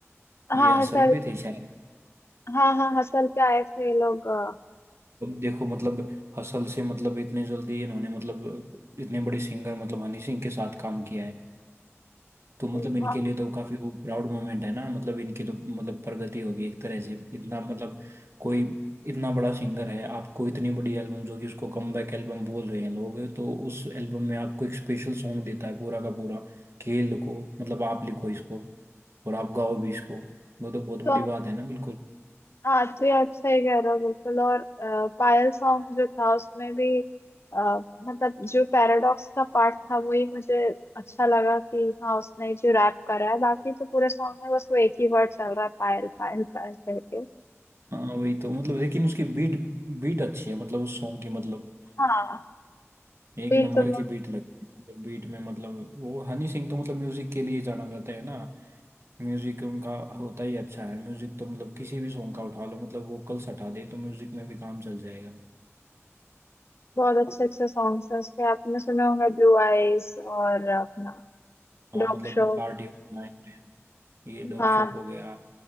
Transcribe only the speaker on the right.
ये हसल
पे थे शायद
अब देखो मतलब हसल से मतलब इतने जल्दी इन्होंने मतलब इतने बड़े सिंगर मतलब हनी सिंह के साथ काम किया है तो मतलब
इनके लिए तो काफी वो प्राउड मोमेंट है ना मतलब इनकी तो मतलब प्रगति होगी एक तरह से इतना मतलब कोई इतना बड़ा सिंगर है आपको इतनी बड़ी एल्बम जो कि उसको कमबैक एल्बम बोल रहे हैं लोग तो उस एल्बम में आपको एक स्पेशल सॉन्ग देता है पूरा का पूरा कि ये लिखो मतलब आप लिखो इसको और आप गाओ भी इसको वो तो बहुत
बड़ी बात है ना बिल्कुल
हाँ वही तो मतलब लेकिन उसकी बीट बीट अच्छी है मतलब उस सॉन्ग की मतलब
एक
नंबर
की बीट लगती है बीट में मतलब वो हनी सिंह तो मतलब म्यूजिक के लिए जाना जाता है ना म्यूजिक उनका होता ही अच्छा है म्यूजिक तो मतलब किसी भी सॉन्ग का उठा लो मतलब वोकल्स हटा दे तो म्यूजिक में भी काम चल जाएगा
हाँ
मतलब
पार्टी नाइट ये डोप
शोप हो गया